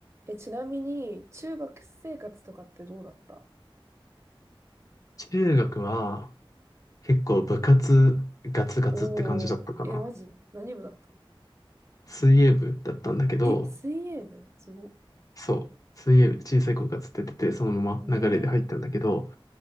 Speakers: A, on the right; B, on the left.
A: え、ちなみに、中学生活とかってどうだった
B: 中学は結構部活ガツガツって感じだったかな。
A: おー、え、マジ何部だったの
B: 水泳部だったんだけど、
A: え、水泳部すごっ。
B: そう、水泳部小さい子がつっててて、そのまま流れで入ったんだけど、
A: うーん。